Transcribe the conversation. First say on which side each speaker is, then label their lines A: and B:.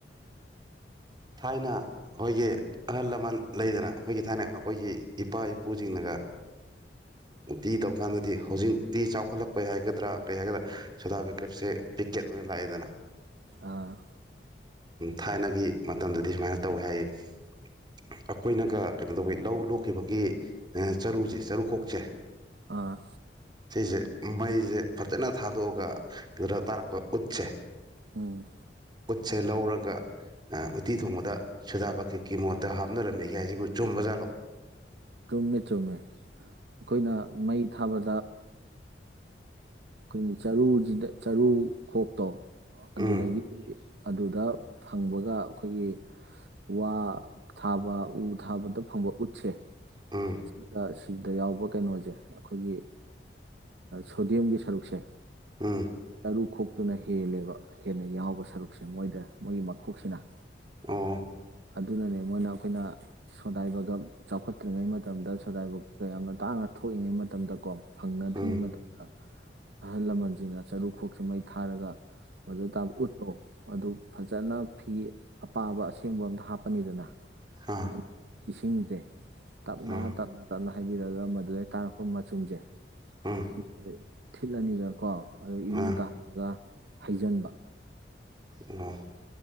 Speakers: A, on the right; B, on the right.
A: ꯊꯥꯏꯅ ꯑꯩꯈꯣꯏꯒꯤ ꯑꯍꯜ ꯂꯃꯟ ꯂꯩꯗꯅ ꯑꯩꯈꯣꯏꯒꯤ ꯊꯥꯏꯅ ꯑꯩꯈꯣꯏꯒꯤ ꯏꯄꯥ ꯏꯄꯨꯁꯤꯡꯅꯒ ꯗꯤ ꯇꯧꯀꯥꯟꯗꯗꯤ ꯍꯧꯖꯤꯛꯇꯤ ꯆꯥꯎꯈꯠꯂꯛꯄꯩ ꯍꯥꯏꯒꯗ꯭ꯔꯥ ꯀꯔꯤ ꯍꯥꯏꯒꯗ꯭ꯔꯥ ꯁꯣꯗꯥ ꯄꯦꯀꯦꯞꯁꯦ ꯄꯦꯛꯀꯦꯠ ꯑꯣꯏꯅ ꯂꯥꯛꯑꯦꯗꯅ
B: ꯑꯥ
A: ꯊꯥꯏꯅꯒꯤ ꯃꯇꯝꯗꯗꯤ ꯁꯨꯃꯥꯏꯅ ꯇꯧꯋꯦ ꯍꯥꯏꯌꯦ ꯑꯩꯈꯣꯏꯅꯒ ꯀꯩꯅꯣ ꯇꯧꯋ ꯂꯧ ꯂꯣꯛꯈꯤꯕꯒꯤ ꯆꯔꯨꯁꯦ ꯆꯔꯨꯈꯣꯛꯁꯦ
B: ꯑꯥ
A: ꯁꯤꯁꯦ ꯃꯩꯁꯦ ꯐꯖꯅ ꯊꯥꯗꯣꯛꯑꯒ ꯑꯗꯨꯗ ꯇꯥꯔꯛꯄ ꯎꯠꯁꯦ
B: ꯎꯝ
A: ꯁꯦ ꯂꯧꯔꯒ ꯎꯠꯇꯤ ꯊꯣꯡꯕꯗ ꯁꯨꯗꯥ ꯕꯀꯤꯠꯀꯤ ꯃꯣꯠꯇ ꯍꯥꯞꯅꯔꯝꯃꯤꯒꯥꯏꯁꯤꯕꯨ ꯆꯨꯝꯕ ꯖꯥꯠꯂꯥꯛ
B: ꯆꯨꯝꯃꯦ ꯆꯨꯝꯃꯦ ꯑꯩꯈꯣꯏꯅ ꯃꯩ ꯊꯥꯕꯗ ꯑꯩꯈꯣꯏꯒꯤ ꯆꯔꯨꯁꯤꯗ ꯆꯔꯨ ꯈꯣꯛꯇꯣ ꯑꯗꯨꯗꯒꯤꯗꯤ
A: ꯎꯝ
B: ꯑꯗꯨꯗ ꯐꯪꯕꯒ ꯑꯩꯈꯣꯏꯒꯤ ꯋꯥ ꯊꯥꯕ ꯎ ꯊꯥꯕꯗ ꯐꯪꯕ ꯎꯠꯁꯦ
A: ꯎꯝ
B: ꯁꯤꯗꯁꯤ ꯁꯤꯗ ꯌꯥꯎꯕ ꯀꯩꯅꯣꯁꯦ ꯑꯩꯈꯣꯏꯒꯤ ꯁꯣꯗꯤꯌꯦꯝꯒꯤ ꯁꯔꯨꯛꯁꯦ
A: ꯎꯝ
B: ꯇꯔꯨ ꯈꯣꯛꯇꯨꯅ ꯍꯦꯜꯂꯦꯕ ꯍꯦꯟꯅ ꯌꯥꯎꯕ ꯁꯔꯨꯛꯁꯦ ꯃꯣꯏꯗ ꯃꯣꯏꯒꯤ ꯃꯈꯣꯛꯁꯤꯅ
A: ꯑꯣ
B: ꯑꯗꯨꯅꯅꯦ ꯃꯣꯏꯅ ꯑꯩꯈꯣꯏꯅ ꯁꯣꯗꯥꯏꯕꯒ ꯆꯥꯎꯈꯠꯇ꯭ꯔꯤꯉꯩ ꯃꯇꯝꯗ ꯁꯒꯥꯏꯕꯧꯀ ꯌꯥꯝꯅ ꯇꯥꯡꯅ ꯊꯣꯛꯏꯉꯩ ꯃꯇꯝꯗꯀꯣ ꯐꯪꯅꯗ꯭ꯔꯤꯩ
A: ꯎꯝ
B: ꯃꯇꯝ ꯃꯇꯝ ꯑꯍꯜ ꯂꯃꯟꯁꯤꯡꯅ ꯆꯔꯨ ꯈꯣꯛꯁꯤꯦ ꯃꯩ ꯊꯥꯔꯒ ꯃꯗꯨ ꯇ ꯎꯠꯠꯇꯣ ꯑꯗꯨ ꯐꯖꯅ ꯐꯤ ꯑꯄꯥꯕ ꯑꯁꯦꯡꯕ ꯑꯝꯇ ꯍꯥꯞꯄꯅꯤꯗꯅ
A: ꯑꯥ
B: ꯑꯗꯨ ꯏꯁꯤꯡꯁꯦ ꯇꯞꯅ
A: ꯎꯝ
B: ꯇꯞꯅ ꯇꯞꯅ ꯍꯥꯏꯕꯤꯔꯛꯑꯒ ꯃꯗꯨꯗꯩ ꯇꯥꯔꯛꯄ ꯃꯆꯨꯝꯁꯦ
A: ꯎꯝ
B: ꯁꯤ ꯊꯤꯠꯂꯅꯤꯗ ꯀꯣ ꯑꯗꯨꯗꯣ ꯏꯔꯨꯗꯜꯂꯒ
A: ꯑꯥ
B: ꯍꯩꯖꯤꯟꯕ
A: ꯑ